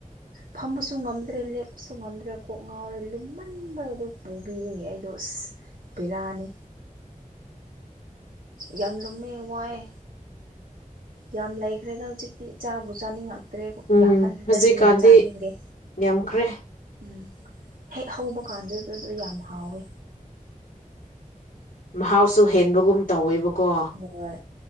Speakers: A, on the right; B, on the left.
A: ꯐꯝꯕꯁꯨ ꯉꯝꯗ꯭ꯔꯦ ꯂꯦꯞ ꯁꯨ ꯉꯝꯗ꯭ꯔꯦ ꯀꯣꯛ ꯉꯥꯎꯔꯦ ꯂꯨꯝꯃꯟꯕ ꯑꯗꯨ ꯄꯨꯕꯤꯕꯒꯤ ꯑꯩꯗꯣ ꯑꯁ ꯕꯦꯔꯥꯅꯦ ꯌꯥꯝ ꯂꯨꯝꯃꯦ ꯋꯥꯢꯌꯦ ꯌꯥꯝ ꯂꯩꯈ꯭ꯔꯦꯗ ꯍꯧꯖꯤꯛꯇꯤ ꯆꯥꯕꯨ ꯆꯥꯅꯤꯡꯉꯛ <unintelligible>
B: ꯎꯝ
A: ꯌꯥꯝꯃꯜꯂꯗꯤ
B: ꯍꯧꯖꯤꯛꯀꯥꯟꯗꯤ
A: ꯆꯥꯅꯤꯡꯗꯦ
B: ꯌꯥꯝꯈ꯭ꯔꯦ
A: ꯎꯝ ꯍꯦꯛ ꯍꯧꯕ ꯀꯥꯟꯗꯨꯗꯣ ꯌꯥꯝ ꯍꯥꯎꯋꯦ
B: ꯃꯍꯥꯎꯁꯨ ꯍꯦꯟꯕꯒꯨꯝ ꯇꯧꯋꯦꯕꯀꯣ
A: ꯍꯣꯏ